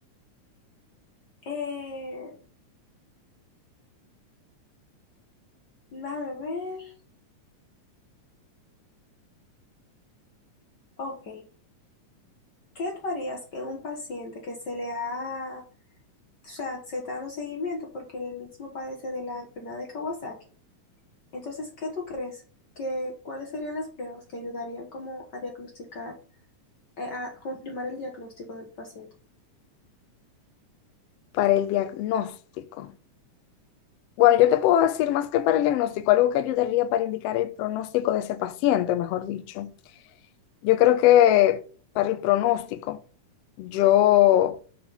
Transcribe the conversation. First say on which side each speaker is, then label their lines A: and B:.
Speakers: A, on the left; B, on the left.
A: Eh, déjame ver. Ok. ¿Qué tú harías que un paciente que se le ha, o sea, se está dando seguimiento porque él mismo padece de la enfermedad de Kawasaki? Entonces, ¿qué tú crees que, cuáles serían las pruebas que ayudarían como a diagnosticar, eh, a confirmar el diagnóstico del paciente?
B: para el diagnóstico. Bueno, yo te puedo decir más que para el diagnóstico, algo que ayudaría para indicar el pronóstico de ese paciente, mejor dicho. Yo creo que para el pronóstico, yo